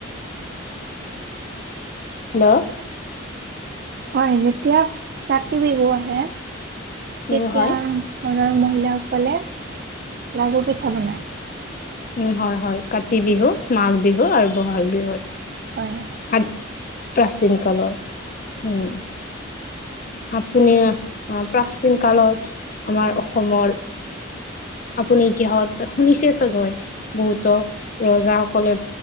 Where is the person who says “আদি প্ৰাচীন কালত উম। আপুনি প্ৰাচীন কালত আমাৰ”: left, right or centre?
Left